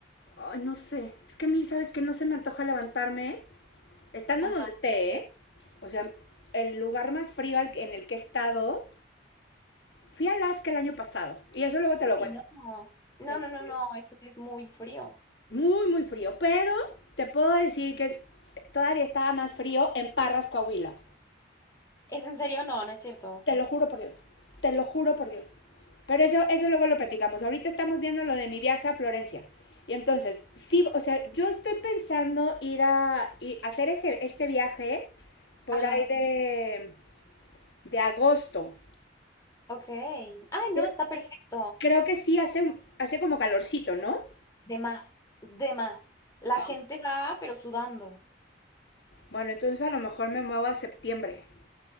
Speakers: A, on the left (about 70°); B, on the left (about 20°).
A: Ay, no sé. Es que a mí, ¿sabes que No se me antoja levantarme. ¿eh? Estando
B: Ah,
A: en donde esté, ¿eh? O sea, el lugar más frío al- en el que he estado, fui a Alaska el año pasado. Y eso luego te
B: uy,
A: lo cuento.
B: no. No,
A: Este,
B: no, no, no, eso sí es muy frío.
A: muy, muy frío. Pero te puedo decir que todavía estaba más frío en Parras, Coahuila.
B: ¿Es en serio? No, no es cierto.
A: Te lo juro por Dios. Te lo juro por Dios. Pero eso, eso luego lo platicamos. Ahorita estamos viendo lo de mi viaje a Florencia. Y entonces, sí, o sea, yo estoy pensando ir a, ir a hacer ese, este viaje por
B: Ajá,
A: ahí de, de agosto.
B: ok. Ay,
A: Pero
B: no, está perfecto.
A: creo que sí hace, hace como calorcito, ¿no?
B: De más, de más. La
A: Ah,
B: gente va, pero sudando.
A: bueno, entonces a lo mejor me muevo a septiembre.